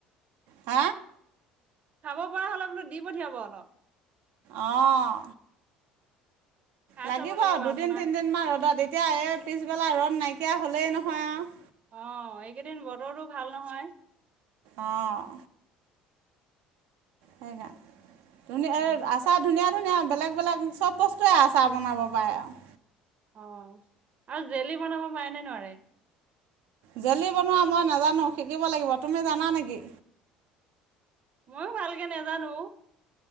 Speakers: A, on the right; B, on the right.
A: হ
B: খাব পৰা হ'লে বোলো দি পঠিয়াব অলপ
A: আহ
B: খাই
A: লাগিব
B: চাব
A: দুদিন
B: আপোনাৰ
A: তিনদিন মমান ৰ'দত এতিয়া এই পিছবেলা ৰদ নাইকিয়া হলেই নহয় আৰু
B: অঁ এইকেইদিন বতৰতো ভাল নহয়
A: আহ সেইকাৰান ধুনীয়া
B: উম,
A: এ আছা ধুনীয়া ধুনীয়া বেলেগ বেলেগ চব বস্তুৱে আ চাৰ বনাব পাৰে আৰু
B: অ আৰু জেলি বনাব পাৰেনে নোৱাৰে
A: জেলি বনোৱা মই নাজানো শিকিব লাগিব তুমি জানা নেকি
B: ময়ো ভালকে নাজানো